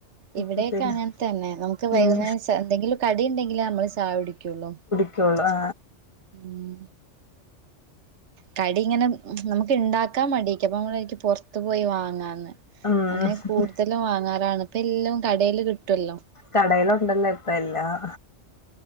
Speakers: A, on the right; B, on the left.
A: ഇവിടെയൊക്കെ
B: ഇപ്പ പിന്നെ
A: അങ്ങനെ തന്നെ നമുക്ക് വൈകുന്നേരം
B: ഉം
A: ചാ എന്തെങ്കിലും കടി ഇണ്ടെങ്കിലെ നമ്മള് ചായ കുടിക്കുള്ളു.
B: ക്കുള്ളു ആ
A: മ് കടി ഇങ്ങനെ നമു ഇണ്ടാക്കാൻ മടിക്യാ അപ്പം നമ്മള് വിചാരിക്കും പൊറത്ത പോയി വാങ്ങാന്ന്,
B: ഉം
A: അങ്ങനെ കൂടുത ല്ലാം വാങ്ങാറാണ് ഇപ്പ എല്ലും കടയിൽ കിട്ടുവല്ലോ
B: കടേൽ ഉണ്ടല്ലോ ഇപ്പ എല്ലാം.